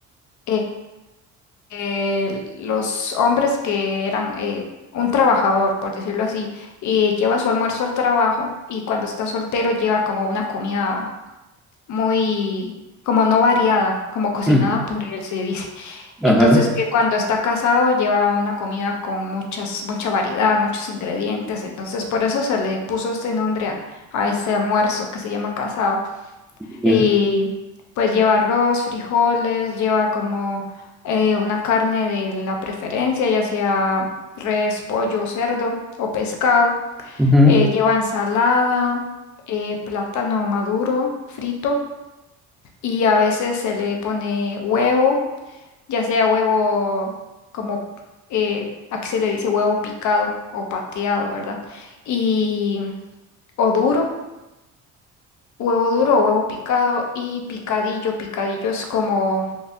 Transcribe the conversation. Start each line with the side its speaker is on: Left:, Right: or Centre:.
Left: eh, eh, los hombres que eran eh, un trabajador, por decirlo así, y lleva su almuerzo al trabajo y cuando está soltero lleva como una comida muy como no variada, como cocinada
Centre: Mm,
Left: por él se dice. Entonces
Centre: Ajá,
Left: que cuando está casado lleva una comida con muchas, mucha variedad, muchos ingredientes. Entonces por eso se le puso este nombre a, a este almuerzo que se llama casado.
Centre: mira.
Left: Y pues lleva arroz, frijoles, lleva como eh, una carne de la preferencia, ya sea res, pollo, cerdo o pescado.
Centre: Ujú,
Left: Eh, lleva ensalada, eh, plátano maduro, frito y a veces se le pone huevo, ya sea huevo como eh, aquí se le dice huevo picado o pateado, ¿verdad? Y o duro, huevo duro o huevo picado y picadillo, picadillo es como